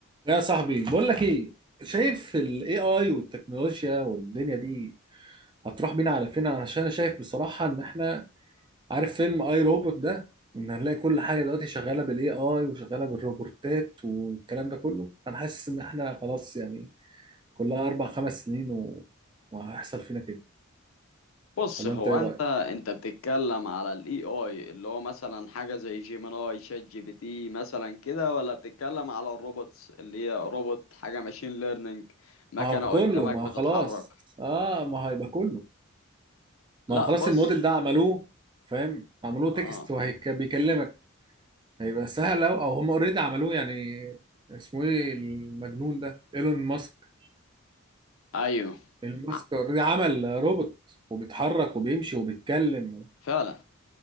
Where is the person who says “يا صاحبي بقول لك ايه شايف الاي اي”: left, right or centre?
Right